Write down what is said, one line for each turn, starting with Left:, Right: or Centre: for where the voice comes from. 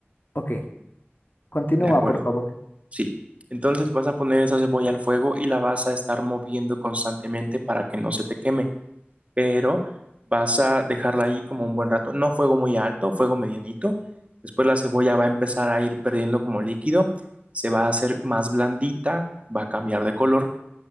Left: Ok, continúa,
Right: De acuerdo,
Left: por favor.
Right: sí. Entonces vas a poner esa cebolla al fuego y la vas a estar moviendo constantemente para que no se te queme. pero vas a dejarla ahí como un buen rato. No fuego muy alto, fuego medianito. Después la cebolla va a empezar a ir perdiendo como líquido, se va a hacer más blandita, va a cambiar de color.